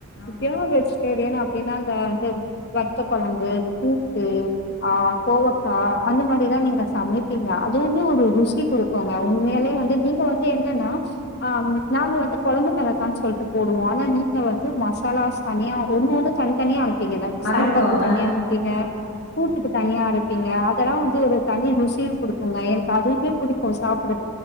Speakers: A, on the left; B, on the left.
A: ஆமா
B: அ ப்யூர்வெஜ்டேரியன் அப்பின்னா தா இந்த வந்து வத்த கொழம்பு கூட்டு ஆ கோவக்கா அந்த மாரிதா நீங்க சமப்பீங்க அதுவுமே ஒரு ருசி கொடுக்கும்ங்க உண்மையலே வந்து நீங்க வந்து என்னன்னா ஆ நாங்க வந்து குழம்பு மிளாகா சொல்ட்டு போடுவோ ஆனா நீங்க வந்து மசாலாஸ் தனியா ஒண்ணு ஒண்ணு தனி தனியா அரைப் நீங்கள
A: அரைப்போ
B: சாம்பாருக்கு தனியா
A: ஆ
B: அனுப்பீங்க
A: ஆமா
B: கூட்டுக்கு
A: ம்
B: தனியா அரைப்பீங்க அதெல்லாவந்து
A: அது
B: ஒரு தனி ருசிய குடுக்குங்க எனக்கு அதுவுமே பிடிக்கு சாப்படுறதுக்